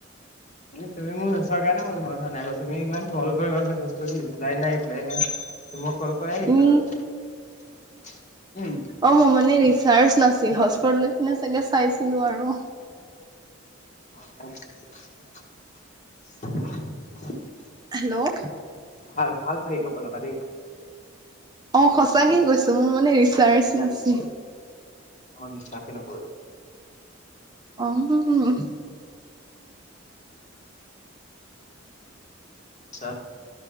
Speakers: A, on the left; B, on the right.
A: তুমি মোক নোচোৱা কে ন মই তোমাৰ কথা নাই আকৌ তুমি ইমান কল কৰি মেছেজ কৰি ৰিপ্লাই নাই ৰিপ্লাই নাই? মই কল কৰাই
B: ই
A: উম।
B: অ মই মানে ৰিচাৰ্চ নাছিল হস্পট লৈ পিনে চাগে চাইছিলো আৰু।
A: অ। <inaudible>
B: হেল্ল'!
A: ভাল ভাল ফাকী কব জানা দেই ।
B: অ সঁচাকে কৈছো মোৰ মানে ৰিচাৰ্চ নাছিল।
A: মই বিশ্বাসেই নকৰো।
B: অ হুম হুম উ
A: চ